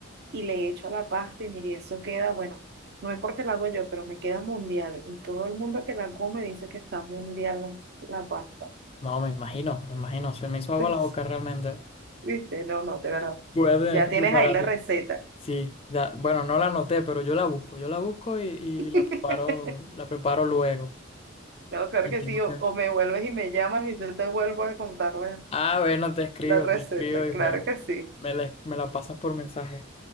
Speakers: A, on the right; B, on the left.
A: y le echo a la pasta y mire, eso queda, bueno, no es porque lo hago yo, pero me queda mundial. Y todo el mundo que la come dice que está mundial la la pasta.
B: No, me imagino, me imagino, se me
A: <laughs>
B: hizo agua la boca realmente.
A: ¿Viste? No, no, de verdad.
B: Voy a tener
A: Ya
B: que
A: tienes
B: prepararla.
A: ahí la receta.
B: Sí, ya, bueno, no la anoté, pero yo la busco, yo la busco y, y
A: <laughs>
B: la preparo, la preparo luego.
A: No, claro
B: Y
A: que
B: tengo
A: sí, o,
B: que...
A: o me vuelves y me llamas y yo te vuelvo a contar la
B: Ah, bueno, te escribo,
A: la receta,
B: te escribo
A: claro
B: y me,
A: que sí.
B: me la, me la pasas por mensaje.